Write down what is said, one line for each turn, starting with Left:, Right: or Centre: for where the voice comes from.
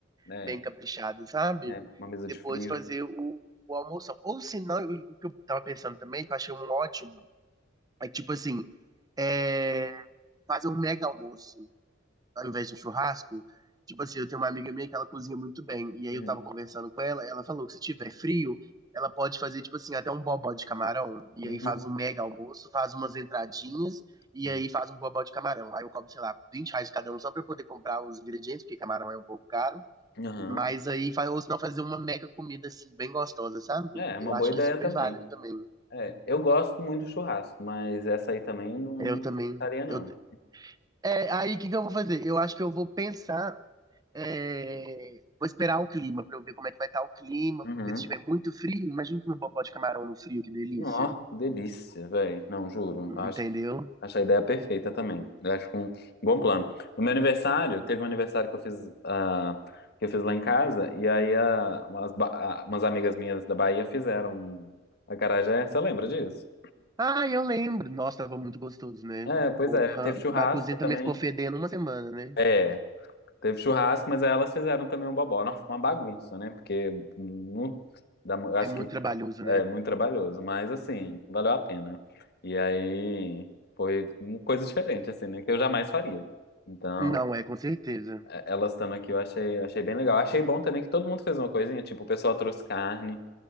Left: é,
Right: bem caprichado, sabe?
Left: é, uma mesa
Right: Depois
Left: de frios.
Right: fazer o, o almoção. Ou se não, o que eu tava pensando também, que eu achei um ótimo, é tipo assim, é, fazer um mega almoço ao invés de um churrasco. Tipo assim, eu tenho uma amiga minha que ela cozinha muito bem. E aí
Left: Uhum.
Right: eu tava conversando com ela, ela falou que se tiver frio, ela pode fazer, tipo assim, até um bobó de camarão. E
Left: Nu.
Right: aí faz um mega almoço, faz umas entradinhas, e
Left: Uhum.
Right: aí faz um bobó de camarão. Aí eu cobro, sei lá, 20 reais cada um só pra eu poder comprar os ingredientes, porque camarão é um pouco caro.
Left: Aham.
Right: Mas aí, fa- ou senão fazer uma mega comida, assim, bem gostosa, sabe?
Left: É, é uma
Right: Eu acho
Left: boa ideia
Right: que é super
Left: também.
Right: válido também.
Left: É, eu gosto muito do churrasco, mas essa aí também não
Right: Eu
Left: não
Right: também,
Left: ficaria, não.
Right: eu É, aí o que que eu vou fazer? Eu acho que eu vou pensar, é, vou esperar o clima pra eu ver como é que vai estar o clima,
Left: Uhum.
Right: porque se estiver muito frio, imagina um bobó de camarão no frio, que delícia.
Left: Ó, delícia, velho. Não, juro.
Right: Entendeu?
Left: Acho Acho a ideia perfeita também. Eu acho um bom plano. No meu aniversário, teve um aniversário que eu fiz, ah, que eu fiz lá em casa, e aí ah, umas, ba- ah, umas amigas minhas da Bahia fizeram um acarajé. Você lembra disso?
Right: Ah, eu lembro. Nossa, tava muito gostoso, né?
Left: É, pois
Right: Porra,
Left: é. Teve churrasco
Right: a cozinha
Left: também.
Right: também ficou fedendo uma semana, né?
Left: É, teve churrasco, mas aí elas fizeram também um bobó. Nossa, foi uma bagunça, né? Porque nu, dá mu- eu acho
Right: É muito
Left: que
Right: trabalhoso, né?
Left: é muito trabalhoso, mas assim, valeu a pena. E aí foi uma coisa diferente, assim, né? Que eu jamais faria. Então.
Right: Não é, com certeza.
Left: Elas estando aqui, eu achei, achei bem legal. Achei bom também que todo mundo fez uma coisinha, tipo, o pessoal trouxe carne,